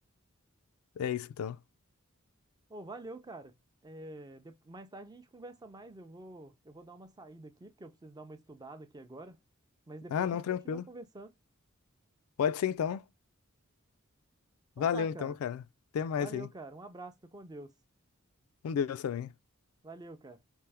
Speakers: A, on the left; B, on the right.
A: É isso então.
B: Ô, valeu, cara. É, de- mais tarde a gente conversa mais, eu vou, eu vou dar uma saída aqui, porque eu preciso dar uma estudada aqui agora. Mas depois
A: Ah, não,
B: a gente
A: tranquilo.
B: continua conversando.
A: Pode ser então.
B: Então
A: Valeu
B: tá, cara.
A: então, cara. Até mais
B: Valeu,
A: aí.
B: cara. Um abraço, fica com Deus.
A: Com Deus também.
B: Valeu, cara.